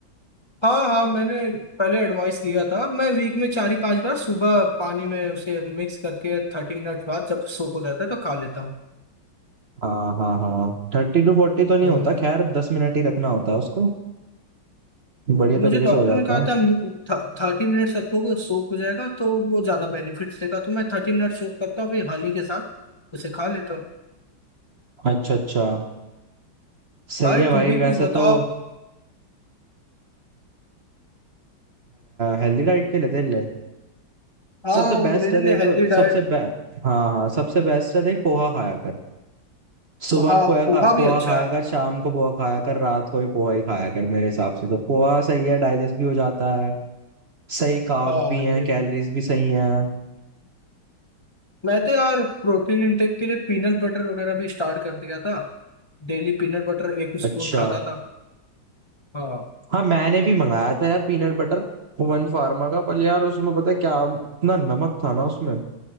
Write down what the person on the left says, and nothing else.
हाँ हाँ मैंने पहले एडवाइस लिया था मैं वीक में चार ही पांच बार सुबह पानी में उसे मिक्स करके थर्टी मिनट बाद जब सोख हो जाता है तो खा लेता हूँ
हम्म,
तो
मुझे डॉक्टर
ने कहा
था थर्टी मिनट्स रखोगे सोख हो जाएगा तो वो ज्यादा बेनिफिट्स देगा तो मैं थर्टी मिनट सोख करता हूँ फिर हनी के साथ उसे खा लेता हूँ
भाई
तुम भी
कुछ बताओ
हाँ
मेरे
लिए हेल्दी
डाइट
हाँ
पोहा
भी
अच्छा
है
हाँ
ये
भी
मैं तो यार प्रोटीन इंटेक के लिए पीनट बटर वगैरह भी स्टार्ट कर दिया था डेली पीनट बटर एक
स्पून खाता था हाँ